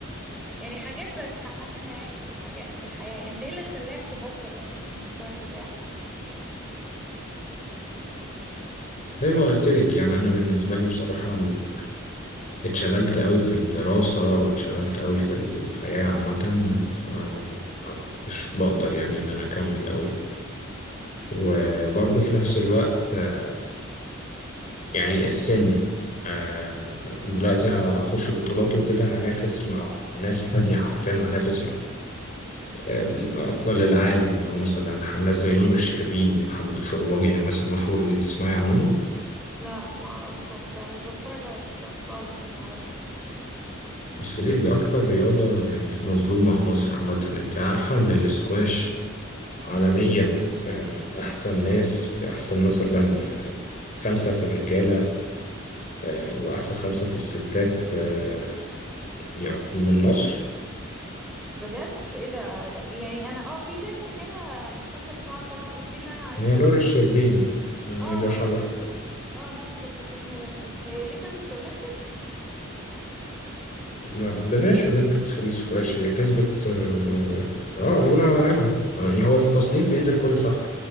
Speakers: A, in the centre; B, on the left (about 35°).
A: يعني حاجات بتحققها يعني في الحاجة في الحياة انت ايه اللي خلاك تبطل اصلا السكواش بتاعك
B: زي ما قلت لك يعني انا بالنسبه لي بصراحه ال- اتشغلت قوي في الدراسه واتشغلت قوي في الحياه عامه فمش بقدر يعني ان انا اكمل قوي وبرضه
A: مم.
B: في نفس الوقت آه، يعني السن آه، دلوقتي أنا هخش بطولات وكده هنافس مع ناس تانية حرفيا هنافس مع آه، أبطال العالم اللي هو مثلا ناس زي نور الشربيني ومحمد الشرباجي الناس المشهورة دي تسمعي عنهم
A: لا ما اعرفهمش انا مش بتفرج على سكواش خالص ما اعرفش
B: بس ليه دي أكتر رياضة يعني مظلومة في مصر عامة أنت عارفة إن الاسكواش عالميا آه، أحسن ناس أحسن مثلا خمسة في الرجالة آه، وأحسن خمسة في الستات آه، يعني من مصر
A: بجد ايه ده غ- يعني انا اه في بنت كده مش فاكره اسمها بصراحه بس دي اللي انا عرفت
B: هي نور الشربيني هي
A: اه
B: دي أشهر
A: هي دي
B: واحدة
A: تق- اه ممكن تكون هي دي هي دي كسبت اولمبيكس
B: ما عندناش أولمبيكس في السكواش هي كسبت آه آه، الأولى على العالم آه، يعني هو التصنيف بينزل كل شهر